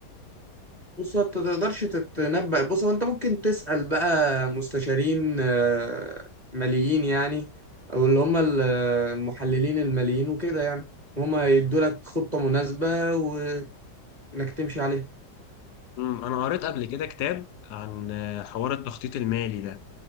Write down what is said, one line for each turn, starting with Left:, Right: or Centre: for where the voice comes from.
Right: بص انت تقدرش تتنبأ بص هو انت ممكن تسأل بقى مستشارين آه، ماليين يعني او اللي هم ال- المحللين الماليين وكده يعني هم يدوا لك خطة مناسبة وانك تمشي عليها
Left: امم انا قريت قبل كده كتاب عن آه، حوار التخطيط المالي ده